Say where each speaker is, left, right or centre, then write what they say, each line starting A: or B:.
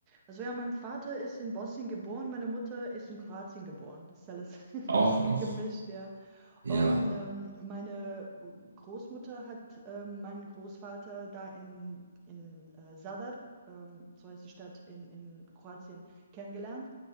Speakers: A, on the right; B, on the right.
A: also ja, mein Vater ist in Bosnien geboren, meine Mutter ist in Kroatien geboren. Das ist alles <laughs>
B: auch noch.
A: gemischt, ja.
B: Ja.
A: Und ähm, meine Großmutter hat ähm, meinen Großvater da in, in äh, Zadar, ähm, so heißt die Stadt in, in Kroatien, kennengelernt.